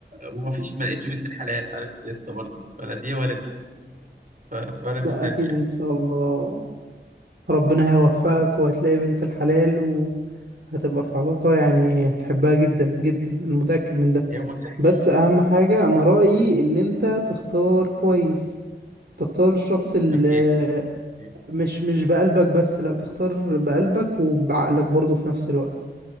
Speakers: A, on the right; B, on the right.
A: وما فيش ما لقيتش بنت الحلال عارف لسه برضه ولا دي ولا دي ف... فأنا مستني
B: ده اكيد
A: يعني
B: ان شاء الله ربنا هيوفقك وهتلاقي بنت الحلال وهتبقى في علاقة يعني هتحبها جدا جدا انا متأكد من ده
A: يوم سهل
B: بس اهم
A: يوم سهل
B: حاجة انا رأيي ان انت تختار كويس تختار الشخص اللي
A: أكيد أكيد.
B: مش مش بقلبك بس لا تختار بقلبك وبعقلك برضه في نفس الوقت